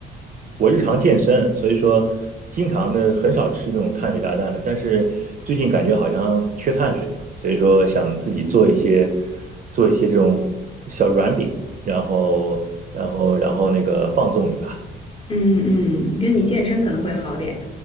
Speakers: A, on the right; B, on the left.
A: 我日常健身，所以说经常的很少吃这种碳水炸弹的。但是最近感觉好像缺碳水了，所以说想自己做一些做一些这种小软饼，然后然后然后那个放纵一把。
B: 嗯嗯，你觉得你健身可能会好点，